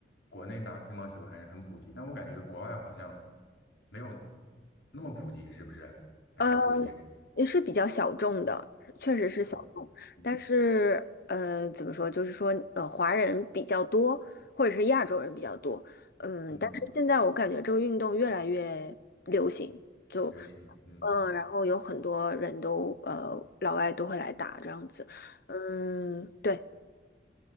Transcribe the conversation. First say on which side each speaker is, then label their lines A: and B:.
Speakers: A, on the left; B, on the left.
A: 国内打乒乓球还是很普及，但我感觉国外好像没有那么普及，是不是？还是说也
B: 呃也是比较小众的，确实是小众。
A: 小众？嗯
B: 但是，呃，怎么说，就是说，呃，华人比较多，或者是亚洲人比较多。嗯，
A: 嗯，
B: 但是现在我感觉这个运动越来越流行，就
A: 流行了。嗯嗯，
B: 嗯，然后有很多人都呃，老外都会来打这样子。嗯，对。